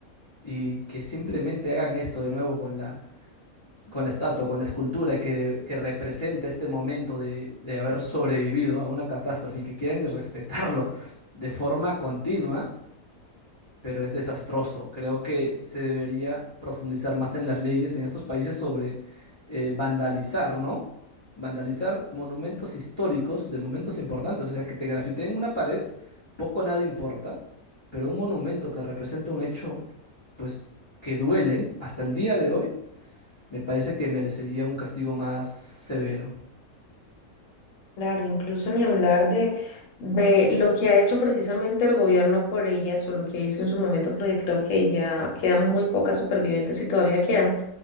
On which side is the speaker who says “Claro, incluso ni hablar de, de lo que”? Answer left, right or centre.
Left